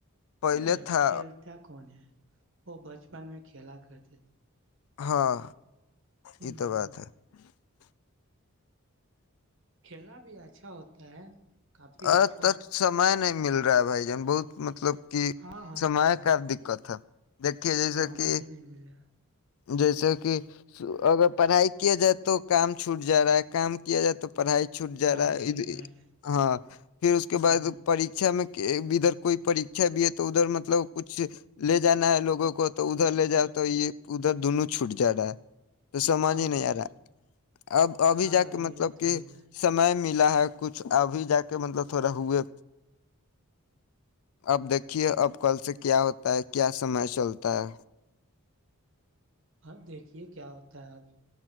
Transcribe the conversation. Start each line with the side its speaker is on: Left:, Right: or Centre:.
Left: پہلے
Right: نہیں اب
Left: تھا
Right: کھیلتا کون ہے وہ بچپن میں کھیلا کرتے تھے
Left: ہاں یہ
Right: ہ
Left: تو بات ہے <unintelligible>
Right: کھیلنا بھی اچھا ہوتا ہے کافی اچھا
Left: ا تچ
Right: ہوتا۔
Left: سمئے نہیں <unintelligible> مل رہا ہے بھائی جان بہت مطلب کہ
Right: ہاں ہاں
Left: سمے
Right: ہاں
Left: کا دقت ہے دیکھیے
Right: وہ
Left: جیسے
Right: تو ہمیں
Left: کہ
Right: بھی نہیں ملا
Left: جیسے کہ اگر پڑھائی کیا جائے تو کام چھوٹ جا رہا ہے کام کیا جائے تو <unintelligible> پڑھائی چھوٹ جا
Right: رائے
Left: رہا ہے
Right: چھوٹ جا رہے
Left: ہاں پھر اس کے
Right: ہ
Left: بعد پریھا میں کہ ادھر کوئی پرریھا بھی ہے تو ادھر مطلب کچھ لے جانا ہے لوگوں کو تو ادھر لے جا تو یہ ادھر دونوں چھوٹ جا رہا ہے تو سمج
Right: ہاں
Left: ہی نہیں
Right: ہاں
Left: آ رہا اب ابھی
Right: ہاں
Left: جا کے
Right: یہ
Left: مطلب
Right: تو
Left: کہ
Right: ہو ہی رہا ہے
Left: سم ملا ہے کچھ ابھی جا کے مطلب تھوڑا ہوئے اب دیکھیے اب کل سے کیا ہوتا ہے کیا سمے چلتا ہے
Right: ہاں دیکھیے کیا ہوتا ہے اب